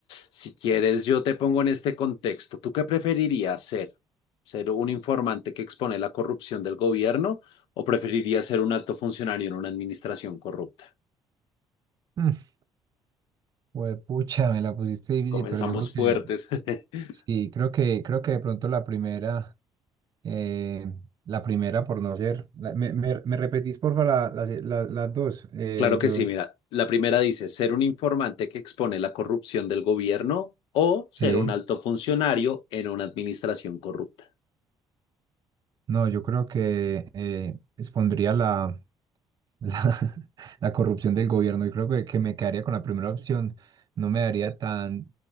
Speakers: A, on the left; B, on the right.
A: si quieres, yo te pongo en este contexto. ¿Tú qué preferirías ser? ¿Ser un informante que expone la corrupción del gobierno o preferirías ser un alto funcionario en una administración corrupta?
B: Mm, <laughs> Juepucha, me la pusiste difícil,
A: Comenzamos
B: pero yo creo que
A: fuertes. <laughs>
B: sí, creo que, creo que de pronto la primera, eh, la primera por no ser. la- me, me, me repetís, porfa, la- las, la- las dos. Eh,
A: Claro que
B: yo,
A: sí, mira, la primera dice, ser un informante que expone la corrupción del gobierno o ser
B: sí,
A: un alto funcionario en una administración corrupta.
B: no, yo creo que eh, expondría la, <laughs> la corrupción del gobierno. Yo creo que, que me quedaría con la primera opción. No me daría tan